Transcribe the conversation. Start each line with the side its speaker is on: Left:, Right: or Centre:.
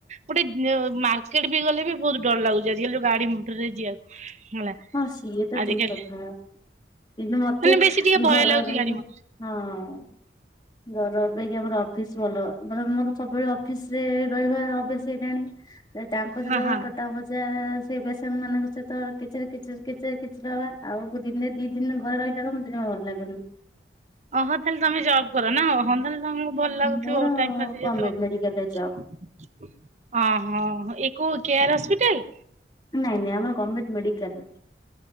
Right: ଗୋଟେ ଯି ମାର୍କେଟ ବି ଗଲେ ବି ବହୁତ ଡର ଲାଗୁଛି ଆଜିକାଲି ଯଉ ଗାଡି ମଟର ରେ ଯିବାକୁ। ହେଲା
Left: ହଁ ସିଏ ତ
Right: ଆଜିକାଲି
Left: ଠିକ କଥା। କିନ୍ତୁ ମତେ
Right: ମାନେ ବେଶୀ ଟିକେ ଭୟ
Left: ଘର
Right: ଲାଗୁଛି
Left: ଅପେକ୍ଷା
Right: ଗାଡି ମଟର
Left: ହଁ- ଘର ଅପେକ୍ଷା ମୋର ଅଫିସ ଭଲ ମାନେ ଆମର ସବୁବେଳେ ଅଫିସରେ ରହିବା ଅଭ୍ୟାସ ହେଇ ଗଲାଣି। ତାଙ୍କ ସହିତ
Right: ହଁ ହଁ
Left: ଠଟା
Right: ହଁ।
Left: ମଜା ସେଇ ପେସେନ ମାନଙ୍କ ସହିତ କିଚିରି କିଚିରି କିଚିରି କିଚିରି - ଆଉ ଦିନ ଦି ଦିନ ଘରେ ରହିଲା ମତେ ଜମା ଭଲ ଲାଗୁନି।
Right: ଅହୋ ତାହଲେ ତମେ ଜବ୍ କର ନା ଅହଲେ ତା ତମକୁ ଭଲ ଲାଗୁଥିବ
Left: ମୋର
Right: ଟାଇମ ପାସ୍ ହେଇଯାଉଥିବ।
Left: ଗଭର୍ଣ୍ଣମେଣ୍ଟ ମେଡିକାଲରେ ଜବ
Right: ଅହୋ ଏକଓ କେୟାର ହସ୍ପିଟାଲ?
Left: ନାଇଁ ନାଇ ଆମର ଗଭର୍ଣ୍ମେଣ୍ଟ ମେଡିକାଲ।